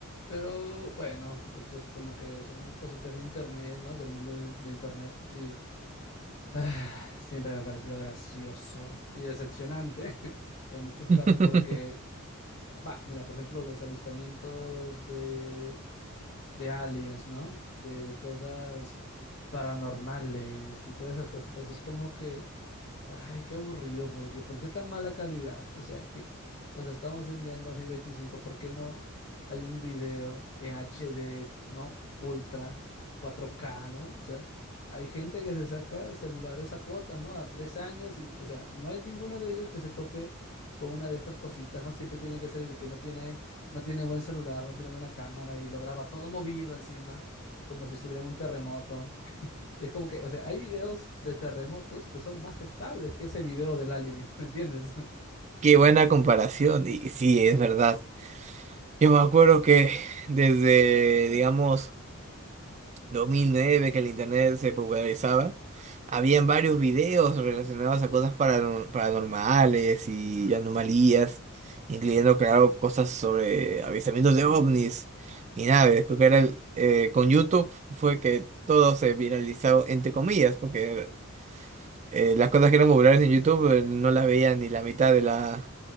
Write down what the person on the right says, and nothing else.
<laughs>
Qué buena comparación, y sí, es verdad. Yo me acuerdo que desde, digamos, 2009 que el internet se popularizaba, habían varios videos relacionados a cosas paranor- paranormales y anomalías, incluyendo, claro, cosas sobre avistamientos de ovnis y naves. Creo que era el- eh, con YouTube fue que todo se viralizó, entre comillas, porque eh, las cosas que eran populares en YouTube eh, no las veían ni la mitad de la,